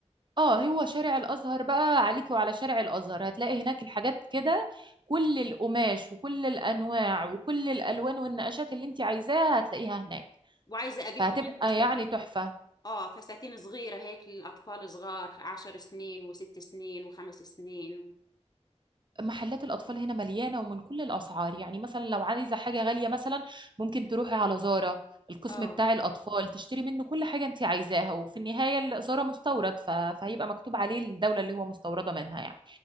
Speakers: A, on the right; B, on the left.
A: اه هو شارع الأزهر بقى عليكي وعلى شارع الأزهر هتلاقي هناك الحاجات كده كل القماش وكل الأنواع وكل الألوان والنقشات اللي انت عايزاها هتلاقيها هناك
B: وعايزة أجيب
A: فهتبقى
B: كمان فساتين
A: يعني تحفة
B: اه فساتين صغيرة هيك للأطفال صغار عشر سنين وست سنين وخمس سنين و...
A: محلات الأطفال هنا مليانة ومن كل الأسعار يعني مثلا لو عايزة حاجة غالية مثلا ممكن تروحي على زارا القسم
B: اه
A: بتاع الأطفال تشتري منه كل حاجة أنت عايزاها وفي النهاية ال- زارا مستورد ف... فهيبقى مكتوب عليه الدولة اللي هو مستوردة منها يعني